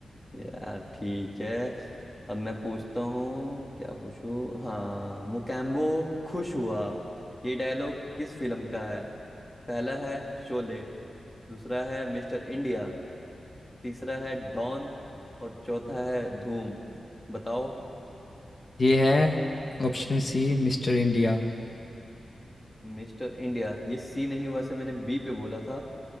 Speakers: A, on the left (about 20°); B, on the left (about 40°).
A: यार ठीक है अब मैं पूछता हूँ क्या पूछूं हाँ मोकैम्बो खुश हुआ ये डायलॉग किस फिल्म का है पहला है शोले दूसरा है मिस्टर इंडिया तीसरा है डॉन और चौथा है धूम बताओ
B: ये है ऑप्शन सी मिस्टर इंडिया
A: मिस्टर इंडिया ये सी नहीं हुआ से मैंने बी पे बोला था